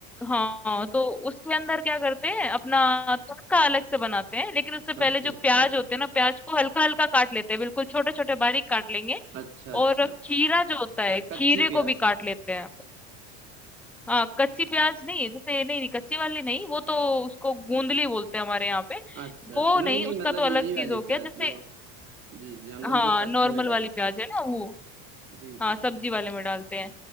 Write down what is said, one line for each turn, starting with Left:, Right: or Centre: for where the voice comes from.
Centre: हाँ तो उसके अंदर क्या करते हैं अपना तड़का अलग से बनाते हैं लेकिन उससे
Right: अच्छा
Centre: पहले जो
Right: अच्छा
Centre: प्याज होते हैं ना प्याज को हल्का हल्का काट लेते हैं बिल्कुल छोटे छोटे बारीक काट लेंगे
Right: अच्छा अच्छा
Centre: और खीरा जो होता है
Right: कच्ची
Centre: खीरे
Right: प्याज
Centre: को भी काट लेते हैं हाँ कच्ची प्याज नहीं जैसे नहीं नहीं कच्ची वाली नहीं वो तो उसको गूंदली बोलते हैं हमारे यहाँ पे
Right: अच्छा
Centre: वो
Right: अच्छा नहीं
Centre: नहीं
Right: नहीं
Centre: उसका
Right: मतलब
Centre: तो अलग
Right: यही वाली
Centre: चीज हो
Right: प्याज
Centre: गया जैसे
Right: जो जी जी हम लोग
Centre: हाँ
Right: जो सब्जी
Centre: नॉर्मल
Right: में डालते
Centre: वाली प्याज
Right: हैं
Centre: है ना वो
Right: जी
Centre: हाँ,
Right: जी
Centre: सब्जी वाले में डालते हैं